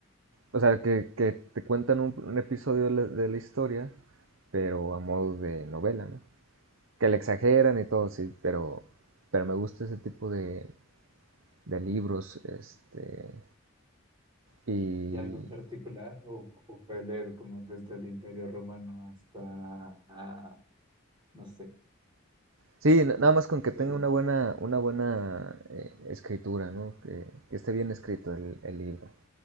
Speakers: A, on the right (about 70°); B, on the right (about 20°).
A: O sea, que, que te cuentan un, un episodio de la, de la historia, pero a modo de novela, ¿no? Que le exageran y todo, sí, pero, pero me gusta ese tipo de, de libros, este, y
B: y algo en particular, o, o puede leer como desde el Imperio Romano hasta, ah, no sé.
A: sí, n- nada más con que tenga
B: eh,
A: una buena, una buena eh, escritura, ¿no? Que, que esté bien escrito el, el libro.